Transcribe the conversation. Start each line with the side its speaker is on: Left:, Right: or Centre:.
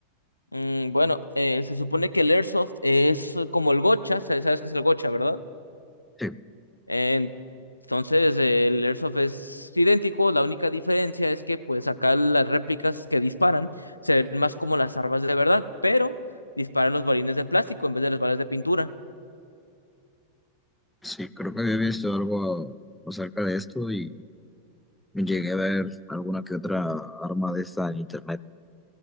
Left: Mm, bueno, eh, se supone que el Airsoft es como el gocha, sabes sabes qué es el gocha, ¿verdad?
Centre: Sí,
Left: En- entonces, eh, el Airsoft es idéntico, la única diferencia es que pues acá las réplicas que disparan se ven más como las armas de verdad, pero disparan los balines de plástico en vez de las balas de pintura.
Centre: sí, creo que había visto algo acerca de esto y llegué a ver alguna que otra arma de esta en internet.